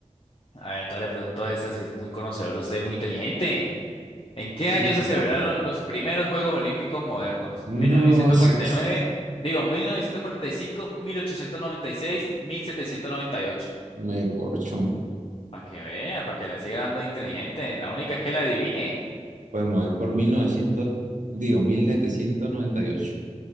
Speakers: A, on the left; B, on the right.
A: A ver, entonces le pregunto a esta si es muy conocedor, usted es muy inteligente. ¿En qué año
B: Mm,
A: se
B: que
A: celebraron
B: me la-
A: los primeros Juegos Olímpicos modernos?
B: No,
A: ¿1949?
B: eso es-
A: Digo, 1945, 1896, 1798.
B: me corchó.
A: Para que vean, para que la siga dando de inteligente. La única es que la adivine.
B: Pues me voy por 1900, digo, 1798.